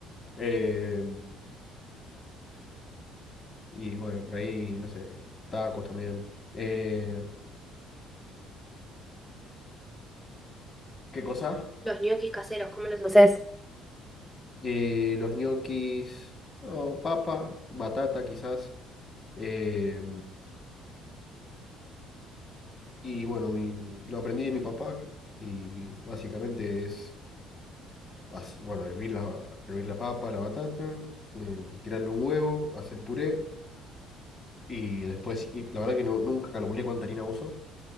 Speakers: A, on the left; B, in the centre.
A: Eh, y bueno, por ahí, no sé, tacos también. Eh, ¿qué cosa?
B: Los ñoquis caseros, ¿cómo los haces?
A: Eh, los ñoquis, oh, papa, batata quizás. Eh, y bueno, mi- lo aprendí de mi papá que- y básicamente es, as- bueno, hervir la, hervir la papa, la batata, eh, tirarle un huevo, hacer puré y después, y la verdad que no, nunca calculé cuánta harina uso.